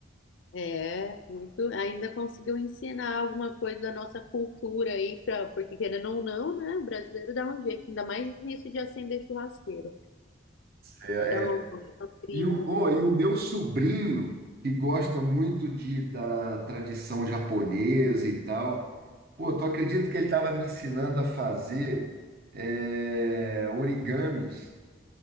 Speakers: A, on the left; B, on the right.
A: É, muito. Ainda conseguiu ensinar alguma coisa da nossa cultura aí, pra, porque querendo ou não, né? O brasileiro dá um jeito, ainda mais nisso de acender churrasqueira.
B: É,
A: Então,
B: é.
A: é um gringo.
B: E o, ô, e o meu sobrinho, que gosta muito de, da tradição japonesa e tal, Pô, tu acredita que ele estava me ensinando a fazer é, origamis?